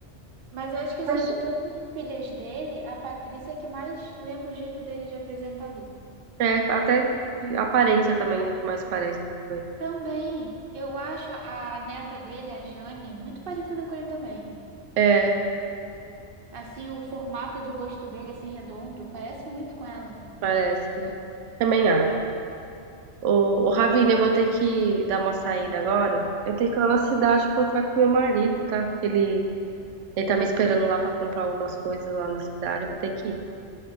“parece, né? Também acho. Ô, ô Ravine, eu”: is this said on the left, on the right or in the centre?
Right